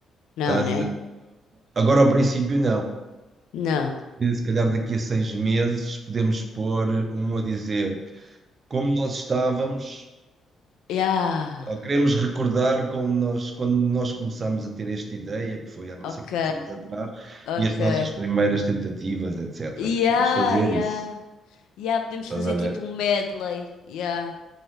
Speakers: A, on the left; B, on the right.
A: Não,
B: Ah,
A: né?
B: agora, ao princípio, não.
A: Não.
B: E Se calhar daqui a seis meses podemos pôr um a dizer como nós estávamos,
A: Yeah.
B: ou queremos recordar como nós, quando nós começámos a ter esta ideia, que foi há não
A: Ok,
B: sei quantos anos atrás,
A: ok.
B: e as nossas primeiras tentativas, etc.
A: Yeah,
B: Podemos fazer
A: yeah.
B: isso,
A: Yeah, podemos
B: estás
A: fazer
B: a ver?
A: tipo um medley. Yeah.